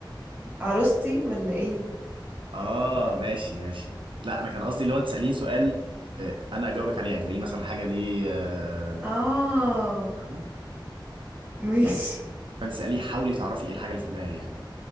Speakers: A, on the right; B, on the right.
A: عروستي ولا إيه
B: اه ماشي ماشي لا انا كان قصدي لو انت تسأليني سؤال أه انا اجاوبك عليه يعني تقولي لي مثلا الحاجة دي أه
A: آه
B: فاهمة؟
A: ماشي
B: فانت تسأليه حاولي تعرفي ايه الحاجة اللي في دماغي يعني